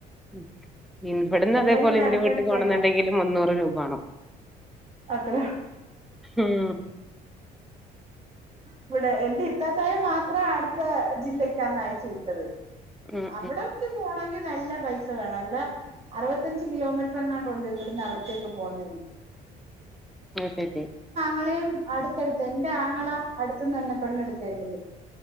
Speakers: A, in the centre; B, on the right.
A: മ്മ് ഇവിടന്ന്
B: എല്ലാരും
A: അതേപോലെ
B: ഇവിടെ
A: എന്റെ
B: അടുത്തടുത്ത്
A: വീട്ടിൽ പോണന്നുണ്ടെങ്കില്
B: തന്നാ
A: മുന്നൂറ് രൂപ വേണം
B: അത്ര
A: ഉം
B: ഇവിടെ എന്റെ ഇത്താത്തായ മാത്രമേ അടുത്ത ജില്ലക്കാ അയച്ചു വിട്ടത്
A: ഉം
B: അവിടൊക്കെ
A: ഉം
B: പോണെൽ നല്ല പൈസ വേണം ഇവിടെ അറുപത്തഞ്ച് കിലോമീറ്റർ എങ്ങാനുണ്ട് ഇവിടുന്ന് ച്ചേക്ക് പോന്നന്ന്
A: അയ് ശരി
B: ങ്ങളെയും അടുത്തടുത്ത് എന്റെ ആങ്ങള അടുത്തന്ന് തന്നെ പെണ്ണെടുത്തേക്കണ്